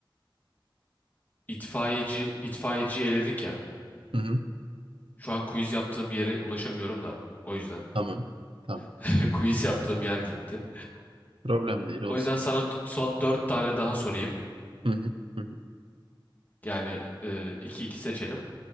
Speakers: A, on the left; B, on the right.
A: İtfaiyeci, itfaiyeciyi eledik ya.
B: Hı hı.
A: Şu an quiz yaptığım yere ulaşamıyorum da. O yüzden.
B: Tamam. Tamam.
A: <laughs> Quiz yaptığım yer gitti.
B: Problem değil olsun.
A: O yüzden sana d- son dört tane daha sorayım.
B: Hı hı. Hı hı.
A: Yani e, iki iki seçelim.